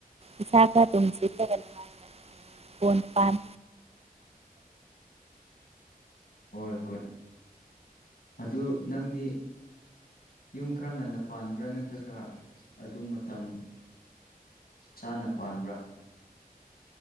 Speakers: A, on the right (about 40°); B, on the left (about 75°).
A: ꯏꯁꯥ ꯈ ꯇꯨꯡꯁꯤꯜꯂꯒ ꯅꯨꯡꯉꯥꯏꯅ ꯄꯟ ꯄꯝ
B: ꯍꯣꯏ ꯍꯣꯏ ꯑꯗꯨ ꯅꯪꯗꯤ ꯌꯨꯝ ꯈꯔ ꯉꯟꯅ ꯄꯥꯟꯕ꯭ꯔꯥ ꯅꯠꯇ꯭ꯔꯒ ꯑꯗꯨ ꯃꯇꯝ ꯆꯥꯅ ꯄꯥꯟꯕ꯭ꯔꯥ